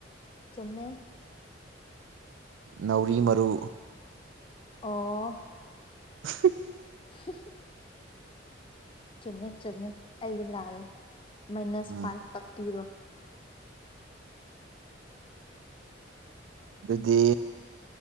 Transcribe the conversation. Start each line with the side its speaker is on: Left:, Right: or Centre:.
Left: ꯆꯨꯝꯃꯦ
Right: ꯅꯥꯎꯔꯤ ꯃꯔꯨ
Left: ꯑꯣ
Right: <inaudible>
Left: ꯍ <inaudible> ꯆꯨꯝꯃꯦ ꯆꯨꯝꯃꯦ ꯑꯩꯒꯤ ꯂꯥꯜꯂꯦ ꯃꯥꯏꯅꯁ
Right: ꯎꯝ
Left: ꯐꯥꯏꯚ ꯀꯛꯄꯤꯔꯣ
Right: ꯑꯗꯨꯗꯤ